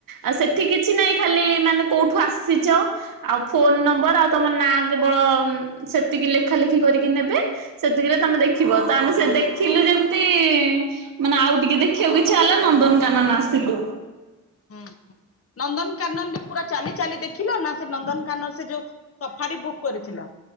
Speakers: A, on the right; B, on the left.
A: ଆଉ ସେଠି କିଛି ନାଇଁ ଖାଲି ମାନେ କୋଉଠୁ ଆସିଛ ଆଉ ଫୋନ ନମ୍ବର ଆଉ ତମ ନାଁ କେବଳ ସେତିକି ଲେଖା ଲେଖି କରିକି ନେବେ ସେତିକିରେ ତମେ ଦେଖିବ ତ ଆମେ ସେ ଦେଖିଲୁ ଯେମତି ତି ମାନେ ଆଉ ଟିକେ ଦେଖିବାକୁ ଇଛା ହେଲା ନନ୍ଦନକାନନ ଆସିଲୁ।
B: ହୁଁ ନନ୍ଦନକାନନରେ ପୁରା ଚାଲି ଚାଲି ଦେଖିଲ ନା ସେ ନନ୍ଦନକାନନ ସେ ଯୋଉ ସଫାଡି ବୁକ୍ କରିଥିଲ।